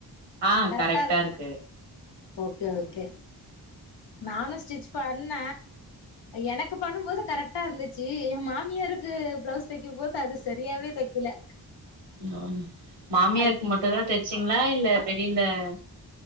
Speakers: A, on the right; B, on the left.
A: ஆ
B: கரெக்ட்டா
A: கரெக்டா
B: இருக்கா
A: இருக்கு
B: ஓகே ஓகே நானு ஸ்டிச் பண்ண எனக்கு பண்ணும் போது கரெக்டா இருந்துச்சு எ மாமியாருக்கு ப்ளவுஸ் தைக்கு போது அது சரியாவே தைக்கல
A: அம் மாமியாருக்கு
B: அது
A: மட்டு தா தச்சீங்களா இல்ல வெளில அ